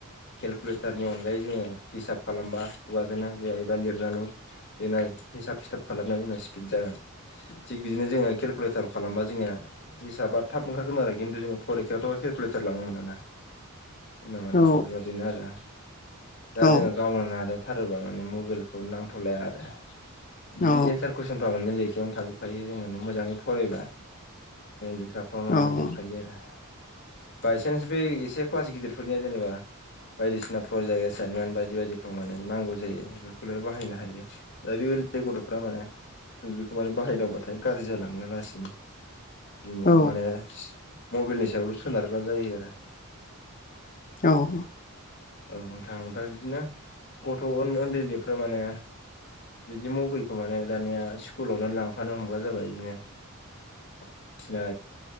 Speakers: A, on the left (about 55°); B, on the left (about 40°).
A: केलकुलेटार बेनि अनगायै जोंङो हिसाब खगाजों जि हायोबा लिरनानै बेना हिसाब खिथाब खालामनानै जोंना स्पिड जागोन थिग बिदिनो जोंङो केलकुलेटार खालामबा जोनिया हिसाबा थाब ओंखारोन आरो खिन्थु जोंनि फरिखाायावथ' ककुलेटार लाङोमोनाना होनना माने
B: औ
A: प्रब्लेमा बेनो आरो दा
B: औ
A: जोंङो गावनो नाजाथारोबा माने मबाइलखौ नांथ'लाया आरो बिदि
B: औ
A: एन्सारखौ कुइसनफ्रा माने लेखायावनो थागैोबखायो जों माने मोजांङै फरायबा लेखा फ्रावनो
B: औ
A: मोनजोबखायो
B: औ
A: आरो बायसान्स बे एसे क्लास गिदिरफोरनिया जेनेबा बायदिसिना प्रजेक्ट एसाइनमेन्ट बायदि बायदिफ्राव माने नांगौ जायो बेफोरखौल बाहायनो हायो दा बे उन्दै गथ'फ्रा माने दिखौ माने बाहायदावबाथाय गाज्रि जालाङो लासैनो बिदिनो
B: औ
A: माने मबाइलनि सायावल' सोनारग्रा जायो आरो
B: औ
A: औथां ओमफ्राय बिदिनो गथ' उन्दै उन्दैफ्रा माने बिदि मबाइलखौ माने दानिया स्कुलावनो लांफानो हमग्रा जाबाय बिदिनो बायदिसिना